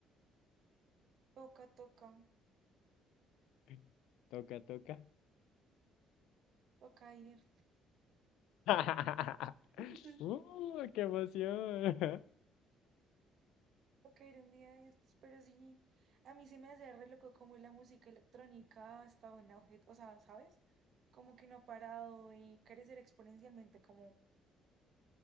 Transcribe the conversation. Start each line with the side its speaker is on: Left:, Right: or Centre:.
Right: toca, toca,
Left: <laughs> Toca, toca.
Right: toca ir.
Left: <laughs>
Right: <laughs>
Left: ¡Uh, qué emoción! <laughs>
Right: caer un día de estos, pero sí, a mí se me hace re loco como la música electrónica ha estado en auge, o sea, ¿sabes? Como que no ha parado de crecer exponencialmente, como